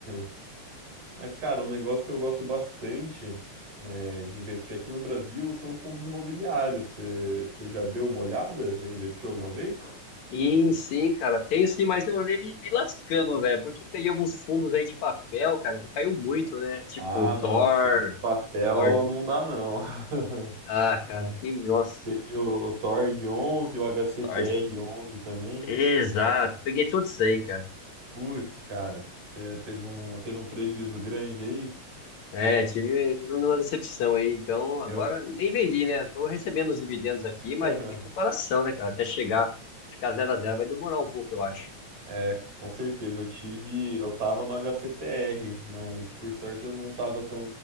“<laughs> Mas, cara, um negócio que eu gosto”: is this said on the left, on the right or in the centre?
Right